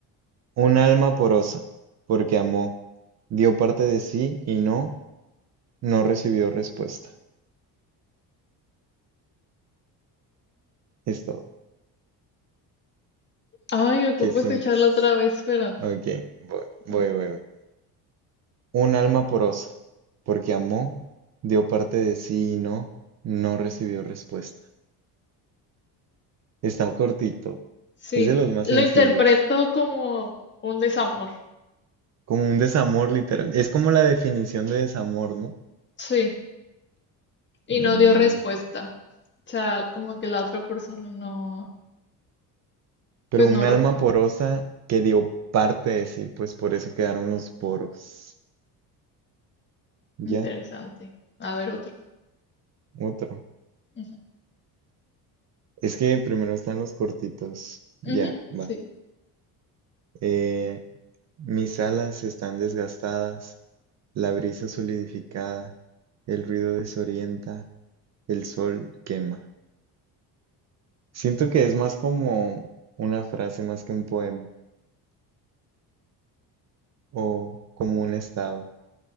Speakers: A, on the right; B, on the left.
A: Un alma porosa, porque amó, dio parte de sí y no, no recibió respuesta. Es todo.
B: Ay, ocupo
A: ¿Qué sientes?
B: escucharla otra vez, pero
A: Ok, voy, voy,
B: ah,
A: voy, voy. Un alma porosa, porque amó, dio parte de sí y no, no recibió respuesta. Está cortito,
B: sí.
A: es de los más
B: Lo
A: sencillos,
B: interpreto como un desamor.
A: como un desamor literal, es como la definición de desamor, ¿no?
B: Sí. Y
A: Mm,
B: no dio respuesta. O sea, como que la otra persona no.
A: Pero
B: Pues no.
A: un
B: ro-
A: alma porosa que dio parte de sí, pues por eso quedaron los poros. Ya,
B: Interesante. A ver, otro.
A: otro.
B: Ujú.
A: Es que primero están los cortitos. Ya,
B: Ujú,
A: va.
B: Sí.
A: Eh, mis alas están desgastadas, La brisa solidificada, el ruido desorienta, el sol quema. Siento que es más como una frase más que un poema o como un estado.